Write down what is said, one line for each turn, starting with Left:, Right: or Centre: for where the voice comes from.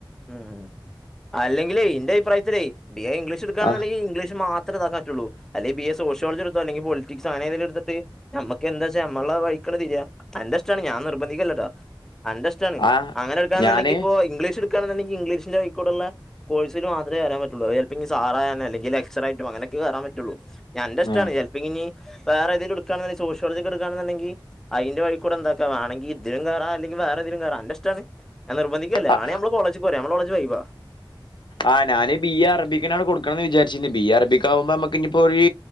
Centre: ഉം അല്ലെങ്കിലേ ഇന്റഭിപ്രായത്തിലെ ബി എ ഇംഗ്ലീഷ് എടുക്കാണെന്നുണ്ടെങ്കിൽ
Left: ആ
Centre: ഇംഗ്ലീഷ് മാത്രേതാക്കാൻ റ്റുള്ളൂ അല്ലേ ബി എ സോഷ്യോളജി എടുത്തോ അല്ലെ പോളിറ്റിക്സ് അങ്ങനെയെതേലും എടുത്തിട്ട് മ്മക്ക് എന്താച്ചാ നമ്മളെ വഴിക്കങ്ങട് തിരിയാ അന്റെഷ്ടാണ് ഞാൻ നിർബന്ധിക്കല്ലട്ടോ അന്റെ ഇ്ഷ്ടം ടാണ്
Left: ആ
Centre: അങ്ങനെ എടുക്കാണെന്നുണ്ടെങ്കിപ്പോ
Left: ഞാന്
Centre: ഇംഗ്ലീഷ് എടുക്കാണെന്നുണ്ടെങ്കി ഇംഗ്ലീഷിന്റെ വഴിക്കൂടൊള്ള കോഴ്സിനു മാത്രേ കേറാൻ പറ്റുള്ളൂ അത് ചെല്പിനി സാറാകാനോ അല്ലെങ്കിൽ ലക്ചറർ ആയിട്ടും അങ്ങനൊക്കെ കേറാൻ പറ്റുള്ളൂ. അന്റിഷ്ടാണ്
Left: ആ
Centre: ചെലപ്പിനി വേറേതേലും എടുക്കാണെങ്കി സോഷ്യോളജിയൊക്കെ എടുക്കുവാണെന്നൊണ്ടെങ്കി അതിന്റെ വഴി കൂടെ എന്താക്കാ വേണെങ്കി ഇതിലും കേറാ അല്ലെങ്കി വേറെതിലും കേറാം അന്റിഷ്ടാണ് ഞാൻ നിർബന്ധിക്ക്വല്ല
Left: ആ
Centre: വേണേ മ്മടെ കോളേജിൽ പോരേ മ്മടെ കോളേജ് വൈബാ
Left: ആ ഞാന് ബി എ അറബിക്കിനാണ് കൊടുക്കണന്ന് വിചാരിച്ചിരിക്കുന്നെ ബി എ അറബിക്കാവുമ്പോ നമുക്കിനിയിപ്പോരു